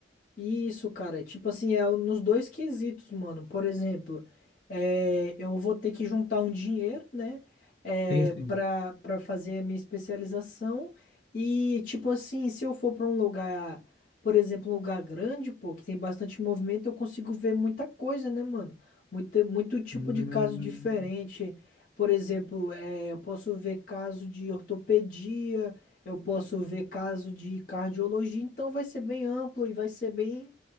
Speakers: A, on the left; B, on the left.
A: Isso, cara, é tipo assim, é nos dois quesitos, mano. Por exemplo, é, eu vou ter que juntar um dinheiro, né? É,
B: Sim, sim.
A: pra, pra fazer a minha especialização. E, tipo assim, se eu for pra um lugar, por exemplo, um lugar grande, pô, que tem bastante movimento, eu consigo ver muita coisa, né, mano? Muito, muito tipo
B: Hum,
A: de caso diferente. Por exemplo, é, eu posso ver caso de ortopedia. Eu posso ver caso de cardiologia, então vai ser bem amplo e vai ser bem,